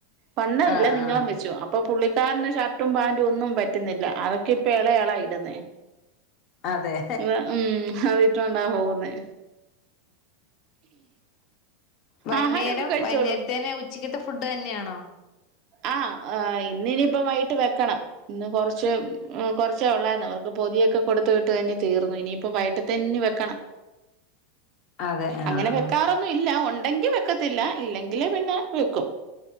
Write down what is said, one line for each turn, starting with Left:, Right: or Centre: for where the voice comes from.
Right: വണ്ണം ഇല്ല
Left: ആഹ്
Right: നീളം
Left: ആഹ്
Right: വെച്ചു അപ്പൊ പുള്ളിക്കാരന് ഷർട്ടും പാാന്റും ഒന്നും പറ്റുന്നില്ല അതൊക്കെ ഇപ്പൊ എളയ ആള ഇടുന്നേ
Left: ആണല്ലേ
Right: അത ഉം അതിട്ടോണ്ടാ പോവുന്നെ
Left: വൈന്നേരം
Right: ആഹാരൊക്കെ കഴിച്ചോളൂ
Left: വൈുന്നേരത്തന് ഉച് ച്ചക്കത്തെ ഫുഡ് തന്നെയാണോ
Right: ആഹ് ഇന്ന് ഇനിയിപ്പ വൈകിട്ട് വെക്കണം ഇന്ന് കൊറച്ച് കുറച്ചേ ഉള്ളായിന്ന് അവർക്ക് പൊതിയൊക്കെ കൊടുത്ത വിട്ട് തീർന്നു ഇനിയിപ്പ വൈകീട്ടത്തേന് വെക്കണം
Left: അതെ ആഹ്
Right: അങ്ങനെ വെക്കാറൊന്നും ഇല്ല ഉണ്ടെങ്കി വെക്കത്തില്ല ഇല്ലെങ്കില് പിന്നെ വെക്കും